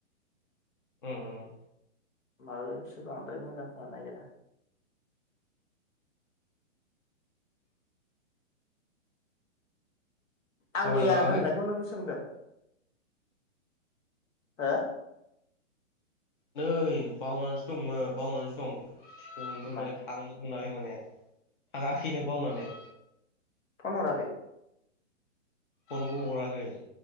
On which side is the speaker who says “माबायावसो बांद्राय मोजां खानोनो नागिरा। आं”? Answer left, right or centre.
Left